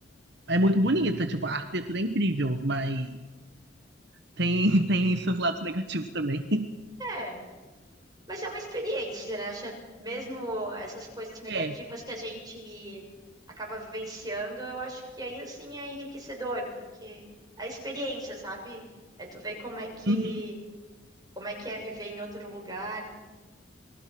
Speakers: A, on the right; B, on the right.
A: é muito bonita, tipo, a arquitetura é incrível, mas tem, <laughs> tem seus lados negativos também. <laughs>
B: É, Mas é uma experiência, né? Acho que é mesmo essas coisas negativas
A: É,
B: que a gente acaba vivenciando, eu acho que ainda assim é enriquecedor, porque é experiência, sabe? É tu ver como é que
A: uhum,
B: como é que é viver em outro lugar.